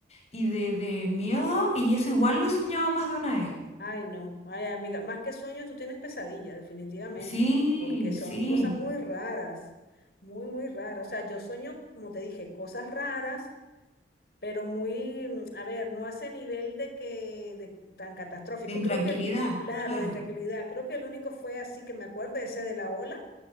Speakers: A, on the left; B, on the left.
A: y de, de miedo, y eso igual lo he soñado más de una vez.
B: Ay, no. Ay, amiga, más que sueños, tú tienes pesadillas, definitivamente,
A: Sí,
B: porque son
A: sí.
B: cosas muy raras, muy, muy raras. O sea, yo sueño, como te dije, cosas raras pero muy, mm, a ver, no a ese nivel de que de- tan catastrófico.
A: De intranquilidad,
B: Creo que, el- claro,
A: claro.
B: de tranquilidad, creo que el único fue así que me acuerdo, ese de la ola.